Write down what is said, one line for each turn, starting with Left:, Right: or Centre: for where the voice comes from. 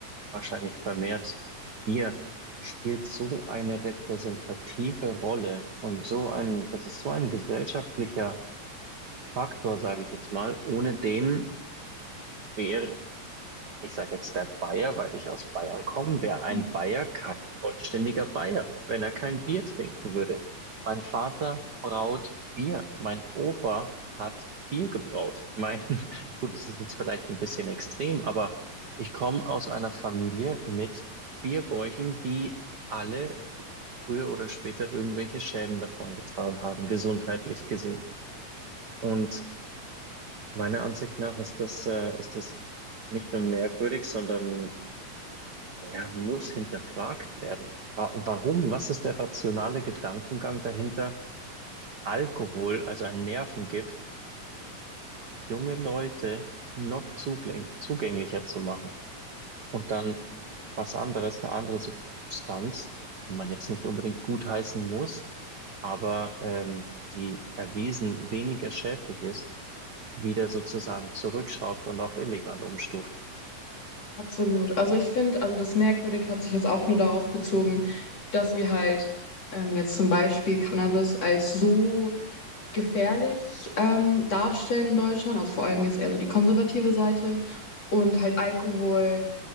Right: wahrscheinlich vermehrt Bier, spielt so eine repräsentative Rolle und so ein, das ist so ein gesellschaftlicher Faktor, sage ich jetzt mal, ohne den wäre ich sage jetzt der Bayer, weil ich aus Bayern komme. Wäre
Left: Mhm.
Right: ein Bayer kein vollständiger Bayer, wenn er kein Bier trinken würde. Mein Vater braut Bier. Mein Opa hat Bier gebraut. Mein, <laughs> gut, das ist jetzt vielleicht ein bisschen extrem, aber ich komme aus einer Familie mit Bierbäuchen, die alle früher oder später irgendwelche Schäden davon getragen haben, gesundheitlich gesehen. Und meiner Ansicht nach ist das, äh, ist das nicht nur merkwürdig, sondern ja, muss hinterfragt werden. Wa warum? Was ist der rationale Gedankengang dahinter, Alkohol, also ein Nervengift, junge Leute noch zugäng zugänglicher zu machen? Und dann was anderes, eine andere Substanz, die man jetzt nicht unbedingt gutheißen muss, aber ähm, die erwiesen weniger schädlich ist, wieder sozusagen zurückschraubt und auf illegal umstuft.
Left: Absolut. Also ich finde, also das merkwürdig hat sich jetzt auch nur darauf bezogen, dass wir halt ähm, jetzt zum Beispiel Cannabis als so gefährlich ähm, darstellen in Deutschland, also vor allem jetzt eher so die konservative Seite und halt Alkohol.